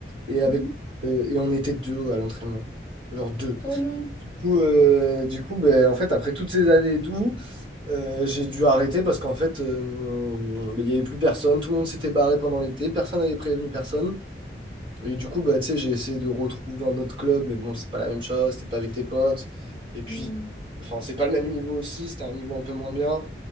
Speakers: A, on the right; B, on the left.
A: Et, avec,
B: mhm.
A: euh, et on était deux à l'entraînement. Genre deux.
B: Oh non,
A: Du coup, euh, du coup, ben, en fait, après toutes ces années et tout, euh, j'ai dû arrêter parce qu'en fait, euh, ben, il n'y avait plus personne. Tout le monde s'était barré pendant l'été. Personne n'avait prévenu personne. Et du coup, bah, tu sais, j'ai essayé de retrouver un autre club, mais bon, c'est pas la même chose. C'était pas avec tes potes. Et puis,
B: Hmm,
A: enfin, c'est pas le même niveau aussi. C'était un niveau un peu moins bien.